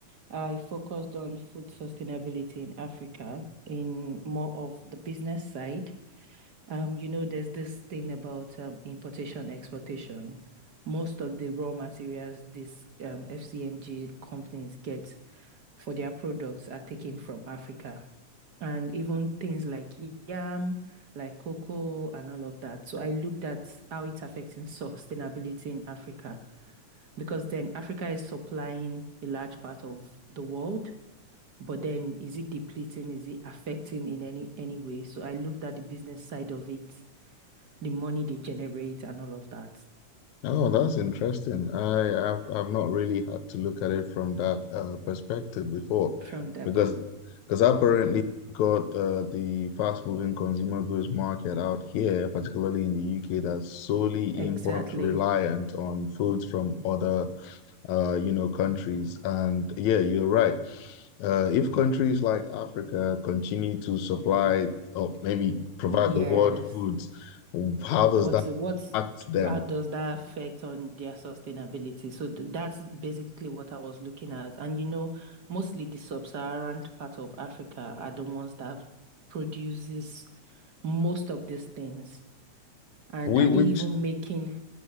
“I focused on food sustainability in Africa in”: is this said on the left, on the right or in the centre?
Right